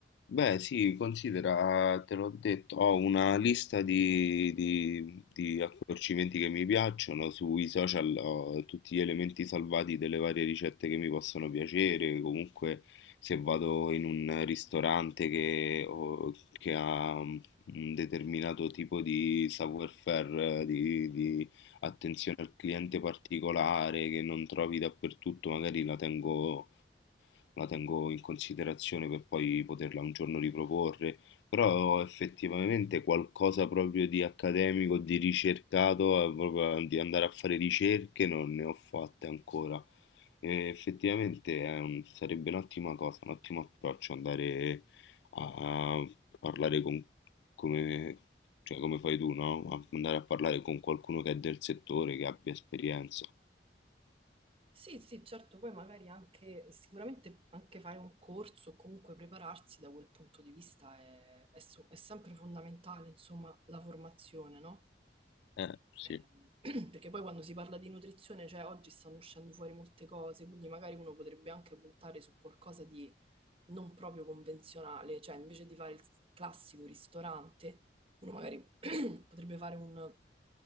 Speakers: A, on the left; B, on the right.
A: Beh, sì, considera, te l'ho detto, ho una lista di, di- di accorcimenti che mi piacciono, sui social ho tutti gli elementi salvati delle varie ricette che mi possono piacere, comunque se vado in un ristorante che, o- che ha un determinato tipo di savoir-faire, di, di attenzione al cliente particolare che non trovi dappertutto, magari la tengo la tengo in considerazione per poi poterla un giorno riproporre, però effettivamente qualcosa proprio di accademico, di ricercato, eh, proprio di andare a fare ricerche non ne ho fatte ancora. E effettivamente è un- sarebbe un'ottima cosa, un ottimo approccio andare a parlare con, come, cioè come fai tu, no? A- Andare a parlare con qualcuno che è del settore, che abbia esperienza.
B: Sì, sì, certo, poi magari anche, sicuramente anche fare un corso o comunque prepararsi da quel punto di vista è, è so- è sempre fondamentale, insomma, la formazione, no?
A: Eh, sì.
B: Ehm, <clears throat> Perché poi quando si parla di nutrizione, cioè oggi stanno uscendo fuori molte cose, quindi magari uno potrebbe anche puntare su qualcosa di non proprio convenzionale, cioè invece di fare il classico ristorante, uno magari <clears throat> potrebbe fare un